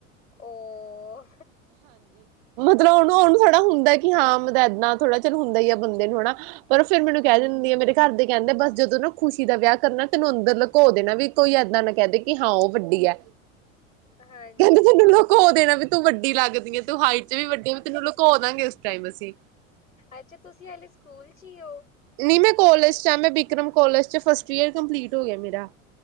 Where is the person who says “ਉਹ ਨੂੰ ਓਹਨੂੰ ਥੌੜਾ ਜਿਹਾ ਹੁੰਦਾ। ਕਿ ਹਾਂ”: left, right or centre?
Right